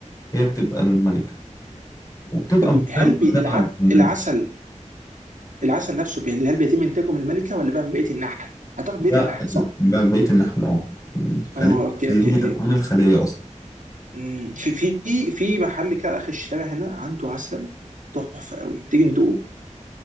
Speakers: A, on the left (about 25°); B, on the right (about 80°).
A: هي بتبقى الملكه وبتبقى
B: طب
A: مختلفه
B: هل بي...
A: فعلا
B: الع...
A: من
B: العسل العسل نفسه بي... هل بيتم إنتاجه من الملكة ولا بقى من بقية النحل؟ أعتقد بقية
A: ده-
B: النحل صح؟
A: من بقيه النحل اه من الخليه
B: اه اوكي
A: هي
B: اوكي
A: دي
B: اوكي
A: تكوين الخليه اصلا
B: مم. في في في محل كده على اخر الشارع هنا عنده عسل تحفه قوي تيجي ندوقه